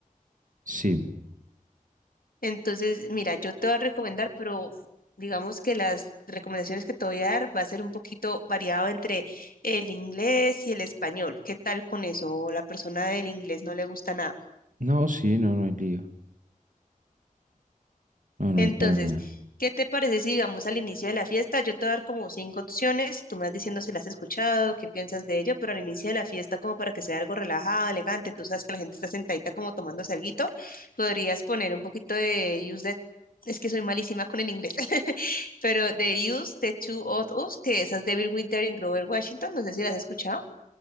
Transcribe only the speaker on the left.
Entonces, mira, yo te voy a recomendar, pero digamos que las recomendaciones que te voy a dar va a ser un poquito variado entre el inglés y el español. ¿Qué tal con eso? ¿O la persona del inglés no le gusta nada?
Entonces,
¿qué te parece si digamos al inicio de la fiesta? Yo te voy a dar como cinco opciones, tú me vas diciendo si las has escuchado, qué piensas de ello, pero al inicio de la fiesta, como para que sea algo relajado, elegante, tú sabes que la gente está sentadita como tomándose alguito, podrías poner un poquito de Use the, es que soy malísima con el inglés, <laughs> pero de Use the Two of Us, que esa es de Bill Winter en Grover Washington, no sé si las has escuchado,